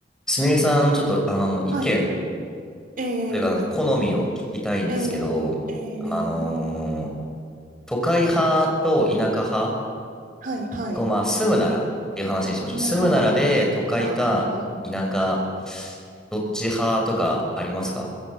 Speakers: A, in the centre; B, on the right.
A: すみれさん、ちょっと、あの、意見、
B: はい。ええ
A: それから好みを聞きたいんですけど、
B: ええええ
A: あのー都会派と田舎派、
B: はい、はい。
A: こう、まあ、住むならっていう話にしましょう。
B: なるほど。
A: 住むならで、都会か田舎、
B: 今、はい。
A: どっち派とかありますか